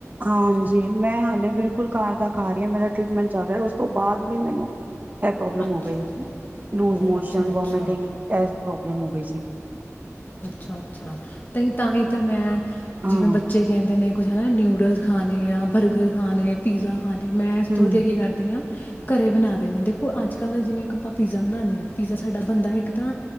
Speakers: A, on the right; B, on the left.
A: ਹਾਂਜੀ, ਮੈਂ ਹਾਲੇ ਬਿਲਕੁਲ ਘਰ ਦਾ ਖਾ ਰਹੀ ਹਾਂ ਮੇਰਾ ਟੀਟਮੈਂਟ ਚੱਲ ਰਿਹਾ, ਉਸ ਤੋਂ ਬਾਅਦ ਵੀ ਮੈਨੂੰ ਇਹ ਪ੍ਰੋਬਲਮ
B: ਅੱਛਾ
A: ਹੋ ਗਈ ਲੂਜ
B: ਓ
A: ਮੋਸ਼ਨ,
B: ਅੱਛਾ ਅੱਛਾ
A: ਵੋਮਟਿੰਗ, ਇਹ ਪ੍ਰੋਬਲਮ ਹੋ ਗਈ ਸੀ। <unintelligible>
B: ਅੱਛਾ-ਅੱਛਾ, ਤੇ ਤਾਂਹੀ ਤੇ ਮੈਂ,
A: ਹਾਂ
B: ਜਿਵੇਂ ਬੱਚੇ ਕਹਿੰਦੇ ਨੇ ਕੁਛ ਹੈ ਨਾ ਨਿਊਡਲਸ ਖਾਣੇ ਆ, ਬਰਗਰ ਖਾਣੇ, ਪੀਜ਼ਾ ਹਾਂਜੀ, ਮੈਂ ਇਸ
A: ਹਮ
B: ਤੋਂ ਵਧੀਆ ਕੀ ਕਰਦੀ ਹਾਂ ਘਰੇ ਬਣਾ ਦੇਂਦਾ, ਦੇਖੋ ਅੱਜ ਕੱਲ ਜਿਵੇਂ ਆਪਾਂ ਪੀਜ਼ਾ ਬਣਾਦੇ ਆ, ਪੀਜ਼ਾ ਸਾਡਾ ਬੰਦਾ, ਇੱਕ ਤਾਂ